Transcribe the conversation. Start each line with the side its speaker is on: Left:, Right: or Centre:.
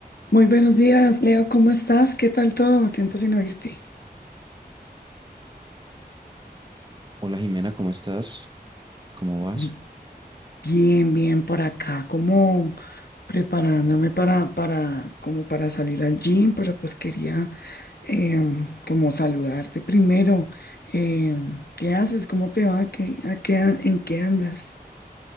Left: Muy buenos días, Leo, ¿cómo estás? ¿Qué tal todo? Tiempo sin oírte.
Right: Hola Jimena, ¿cómo estás? ¿Cómo
Left: Bi-
Right: vas?
Left: Bien, bien por acá, como preparándome para, para, como para salir al gym, pero pues quería em, como saludarte primero. Em, ¿qué haces? ¿Cómo te va? ¿Qué, a qué, an- en qué andas?